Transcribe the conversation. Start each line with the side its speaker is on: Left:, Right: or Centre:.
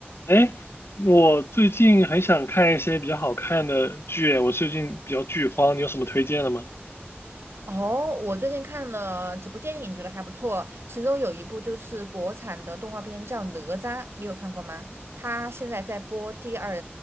Left: 哎，我最近很想看一些比较好看的剧，我最近比较剧荒，你有什么推荐的吗？
Right: 哦，我最近看了几部电影，觉得还不错。其中有一部就是国产的动画片，叫《哪吒》，你有看过吗？它现在在播第二